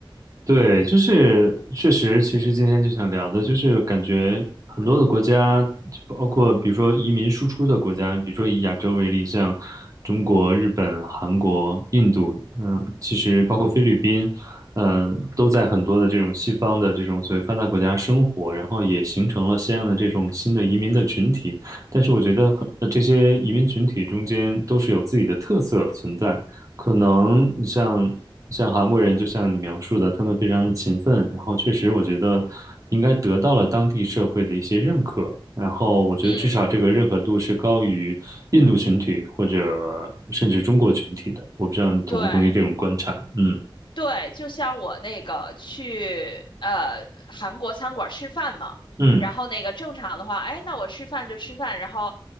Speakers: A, on the right; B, on the left.
A: 对，就是确实，其实今天就想聊的，就是感觉很多的国家，包括比如说移民输出的国家，比如说以亚洲为例，像中国、日本、韩国、印度，嗯，其实包括菲律宾，嗯，都在很多的这种西方的这种所谓发达国家生活，然后也形成了相应的这种新的移民的群体。但是我觉得很，呃这些移民群体中间都是有自己的特色存在，可能你像像韩国人，就像你描述的，他们非常的勤奋，然后确实我觉得应该得到了当地社会的一些认可，然后我觉得至少这个认可度是高于印度群体或者甚至中国群体的，
B: 嗯。
A: 我不知道你同不同意这种观察，
B: 对，
A: 嗯
B: 对，就像我那个去呃韩国餐馆吃饭嘛，
A: 嗯，
B: 然后那个正常的话，哎，那我吃饭就吃饭，然后